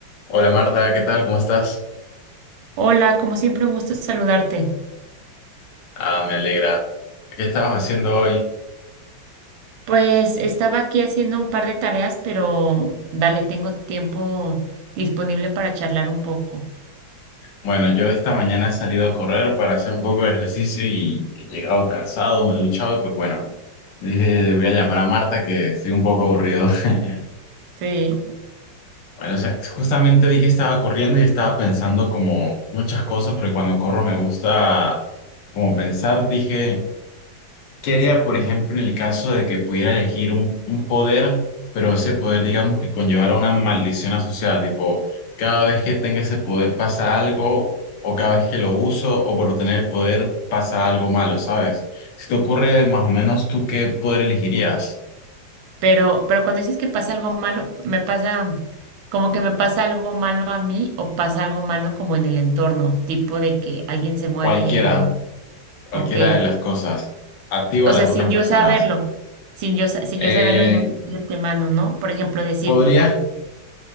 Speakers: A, on the left (about 70°); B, on the right (about 80°).
A: Hola Marta, ¿qué tal? ¿Cómo estás?
B: Hola, como siempre, un gusto saludarte.
A: Ah, me alegra. ¿Qué estabas haciendo hoy?
B: Pues estaba aquí haciendo un par de tareas, pero dale, tengo tiempo disponible para charlar un poco.
A: Bueno, yo esta mañana he salido a correr para hacer un poco de ejercicio y he llegado cansado, me he duchado y pues bueno, dije, le voy a llamar a Marta que estoy un poco aburrido. <laughs>
B: Sí,
A: Bueno, o sea, justamente vi que estaba corriendo y estaba pensando como muchas cosas, porque cuando corro me gusta como pensar, dije, ¿Qué haría, por ejemplo, en el caso de que pudiera elegir un, un poder, pero ese poder, digamos, que conllevara una maldición asociada? Tipo, cada vez que tenga ese poder pasa algo, o cada vez que lo uso, o por obtener el poder pasa algo malo, ¿sabes? Si te ocurre más o menos, ¿tú qué poder elegirías?
B: pero, pero cuando dices que pasa algo malo, me pasa como que me pasa algo malo a mí o pasa algo malo como en el entorno, tipo de que alguien se muere
A: Cualquiera,
B: o,
A: cualquiera
B: o qué.
A: de las cosas. A ti o
B: O
A: a las
B: sea,
A: otras
B: sin yo
A: personas.
B: saberlo, sin yo, sa- sin
A: Eh,
B: yo saberlo ya de antemano, ¿no? Por ejemplo, decir
A: ¿podrías?